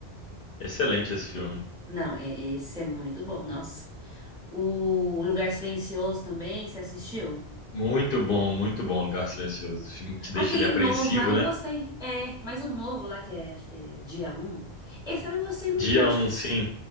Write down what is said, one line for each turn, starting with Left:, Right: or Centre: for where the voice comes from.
Left: excelente esse filme.
Centre: Não, é, esse é muito bom, nossa. O Lugar Silencioso também, você assistiu?
Left: Muito bom, muito bom, Lugar Silencioso. Filme que deixa
Centre: Aquele
Left: ele apreensivo,
Centre: novo lá, não
Left: né?
Centre: gostei. É, mas o novo lá, que é, acho que é dia um esse eu não gostei muito,
Left: Dia
Centre: não. Acho
Left: 1,
Centre: que,
Left: sim.